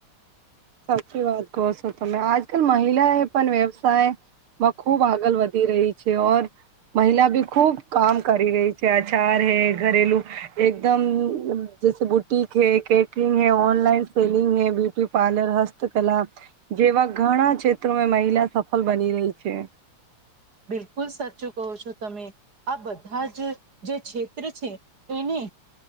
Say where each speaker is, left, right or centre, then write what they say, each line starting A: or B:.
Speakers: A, on the right; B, on the right.
A: સાચી વાત કહો છો તમે આજકાલ મહિલા એ પણ વ્યવસાય, માં ખુબ આગળ વધી રહી છે ઓર, મહિલા બી ખુબ કામ કરી રહી છે અચાર હે ઘરેલું, એકદમ જૈસે બુટીક હૈ, કેટરિંગ હૈ, ઓનલાઇન સેલિંગ હૈ, બ્યુટી પાર્લર, હસ્તકલા જેવા ઘણા ક્ષેત્રોમાં મહિલા સફળ બની રહી છે.
B: બિલકુલ સાચું કહો છો તમે. આ બધા જ જે ક્ષેત્ર છે એને,